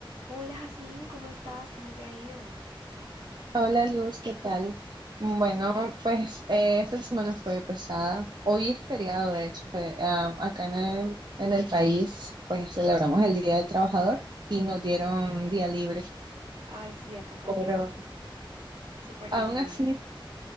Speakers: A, on the right; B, on the right.
A: Hola Jazmín, ¿cómo estás? ¿Cómo te ha ido?
B: Hola Luz, ¿qué tal? Bueno, pues eh, esta semana fue pesada. Hoy es feriado, de hecho, fe- ah, acá en el, en el país, pues celebramos el Día del Trabajador y nos dieron día libre.
A: Ay, sí, acá también.
B: Pero
A: Súper
B: aún
A: genial.
B: así,